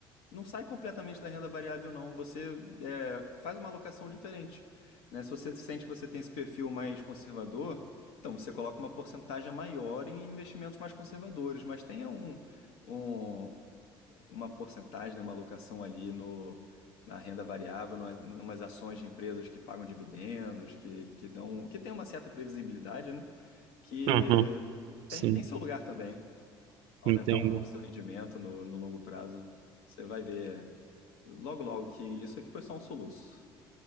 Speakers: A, on the left; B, on the right.
A: não sai completamente da renda variável, não. Você é, faz uma alocação diferente. Né? Se você sente que você tem esse perfil mais conservador, então você coloca uma porcentagem maior em investimentos mais conservadores, mas tenha um, um- uma porcentagem, né, uma alocação ali no, na renda variável, numa- numas ações de empresas que pagam dividendos, que, que dão, que tem uma certa previsibilidade, né? que
B: Uhum, sim,
A: tem, tem seu lugar também. Aumentar
B: entendo.
A: um pouco seu rendimento no, no longo prazo. Você vai ver logo logo que isso aqui foi só um soluço.